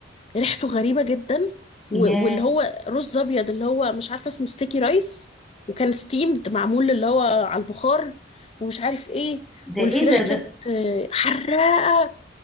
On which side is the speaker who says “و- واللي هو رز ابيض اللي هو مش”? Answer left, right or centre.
Left